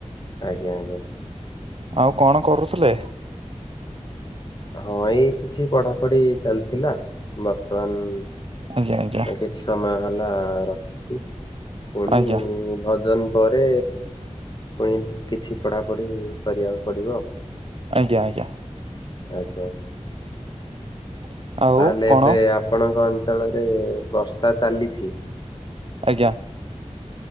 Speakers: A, on the left; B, on the right.
A: ଆଜ୍ଞା ଆଜ୍ଞା।
B: ଆଉ କଣ କରୁଥିଲେ?
A: ହଁ ଏଇ କିଛି ପଢାପଢି ଚାଲିଥିଲା ବର୍ତ୍ତମାନ।
B: ଆଜ୍ଞା ଆଜ୍ଞା
A: କିଛି ସମୟ ହେଲା ରଖିଛି ପୁଣି
B: ଆଜ୍ଞା
A: ଭଜନ ପରେ ପୁଣି କିଛି ପଢ଼ାପଢ଼ି କରିବାକୁ ପଡ଼ିବ।
B: ଆଜ୍ଞା ଆଜ୍ଞା।
A: ଆଜ୍ଞା।
B: <inaudible>
A: ତାହେଲେ
B: କଣ
A: ଏବେ ଆପଣଙ୍କ ଅଞ୍ଚଳରେ ବର୍ଷା ଚାଲିଛି।
B: ଆଜ୍ଞା।